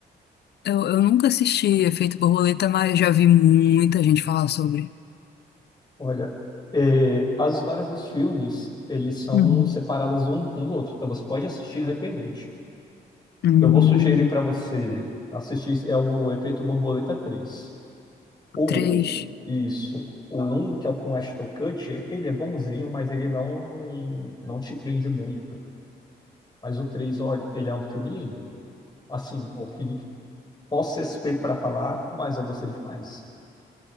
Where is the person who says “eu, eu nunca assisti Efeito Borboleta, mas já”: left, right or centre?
Left